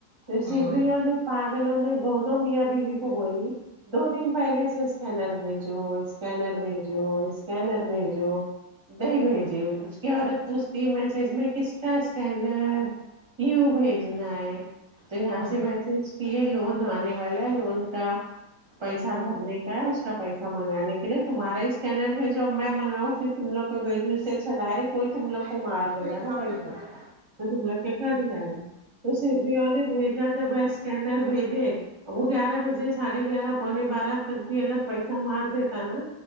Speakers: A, on the right; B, on the right.
A: تو
B: ہوں
A: سرریھیوں
B: ہوں
A: نے پاگلوں نے دونوں میاں بیوی کو بولی دو دن پہلے سے اسکینر بھیجو اسکینر بھیجو اسکینر بھیجو نہیں بھائی جی اس کی عورت پوچھتی ہے میسج میں کس کا اسکینر ہی بھیجن ہے تو یہاں
B: ہوں
A: سے میسج کی ہے لون آنے والا ہے لون کا پیسہ بھرنے کا ہے اس کا پیسہ منگانے کے لیے تمہارا ہی اسکینر بھیجو اب میں منگاؤں پھر تموگ کو بھیجو اس اچھا ڈائریکٹ کوئی تم لو کو
B: ابو
A: مار
B: دیدی میں
A: گا نا
B: کیا
A: پیسا
B: کروں
A: تو
B: رے
A: تم لگ کے کٹ جائے گا تو سرریوں نے بھیجا جب ہے اسکینر بھیجے وہ گیارہ بجے ساڑھے گیارہ پونے بارہ تک بھی اگر پیسہ مار د ت نا